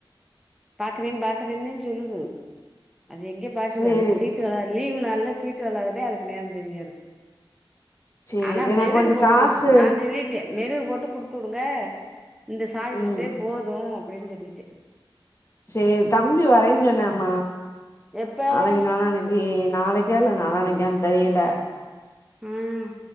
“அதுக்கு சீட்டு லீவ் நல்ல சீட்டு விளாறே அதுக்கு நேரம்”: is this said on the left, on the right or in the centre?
Centre